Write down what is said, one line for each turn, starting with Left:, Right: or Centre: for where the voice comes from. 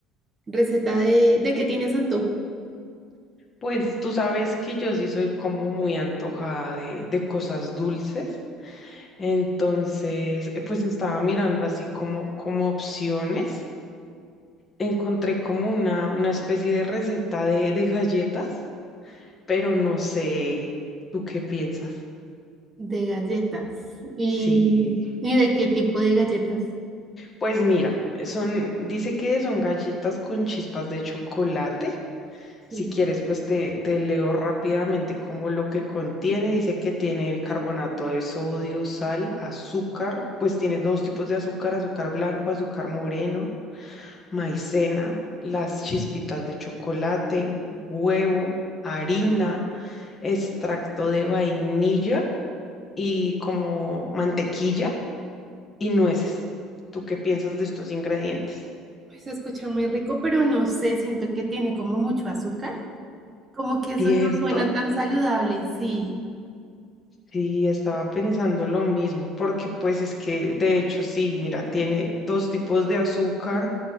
Right: receta de, de qué tienes antojo,
Left: Pues tú sabes que yo sí soy como muy antojada de, de cosas dulces. Entonces, eh, pues estaba mirando así como, como opciones. Encontré como una, una especie de receta de, de galletas, pero no sé, ¿tú qué piensas?
Right: de galletas. ¿Y,
Left: Sí,
Right: y de qué tipo de galletas?
Left: pues mira, son, dice que son galletas con chispas de chocolate Si
Right: Sí,
Left: quieres, pues te, te leo rápidamente como lo que contiene. Dice que tiene bicarbonato de sodio, sal, azúcar. Pues tiene dos tipos de azúcar, azúcar blanco, azúcar moreno, maicena, las chispitas de chocolate, huevo, harina, extracto de vainilla y como mantequilla y nueces. ¿Tú qué piensas de estos ingredientes?
Right: pues se escucha muy rico, pero no sé, siento que tiene como mucho azúcar, como que eso
Left: ¿Cierto?
Right: no suena tan saludable, sí,
Left: Sí, estaba pensando lo mismo, porque pues es que de hecho sí, mira, tiene dos tipos de azúcar,